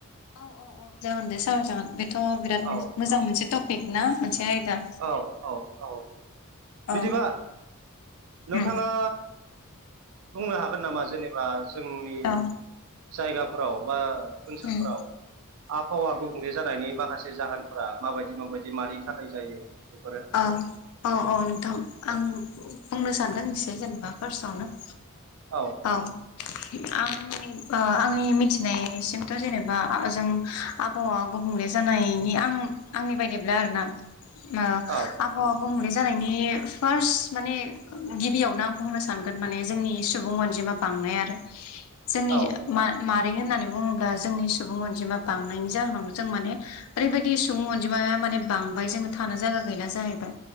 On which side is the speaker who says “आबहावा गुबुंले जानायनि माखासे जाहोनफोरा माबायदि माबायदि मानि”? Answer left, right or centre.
Right